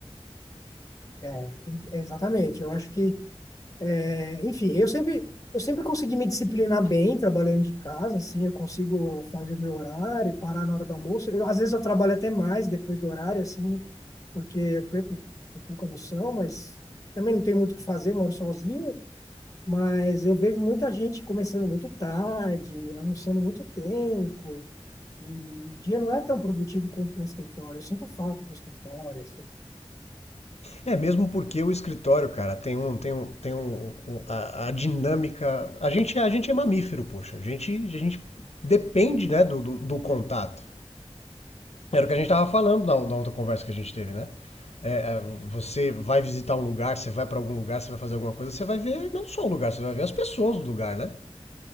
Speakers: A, on the left (about 30°); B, on the left (about 80°).
A: É, é, exatamente. Eu acho que, é, enfim, eu sempre, eu sempre consegui me disciplinar bem trabalhando de casa, assim, eu consigo fazer meu horário, parar na hora do almoço. Eu, às vezes eu trabalho até mais depois do horário, assim, porque eu perco um pouco a noção, mas também não tenho muito o que fazer, moro sozinho. Mas eu vejo muita gente começando muito tarde, almoçando muito tempo. E o dia não é tão produtivo quanto no escritório. Eu sinto falta do escritório. assim.
B: É, mesmo porque o escritório, cara, tem um. Tem um, tem um, um- a, a dinâmica. A gente, é- a gente é mamífero, poxa. A gente, a gente depende, né, do, do, do contato. Era o que a gente tava falando na, na outra conversa que a gente teve, né? É, é, você vai visitar um lugar, você vai para algum lugar, você vai fazer alguma coisa, você vai ver não só o lugar, você vai ver as pessoas do lugar, né?